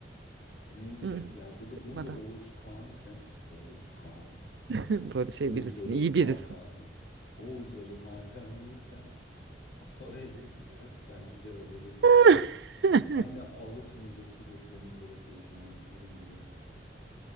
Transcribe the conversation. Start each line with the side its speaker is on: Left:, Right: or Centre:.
Left: Neyse,
Right: Hı, hı.
Left: ya burada
Right: Çıkmadı.
Left: burada Oğuz Kağan'ken Oğuz Kağan neydi?
Right: <laughs> Böyle şey
Left: Oğuzların
Right: birisin iyi
Left: Hakan'ı.
Right: birisin.
Left: Oğuzların Hakan'lıyken <laughs> oraya gidip Uşak bence de orada bir
Right: <laughs>
Left: aynı Allı
Right: <laughs>
Left: turnundaki ve Flamingo'daki yaşanan durum gibi. Bence çok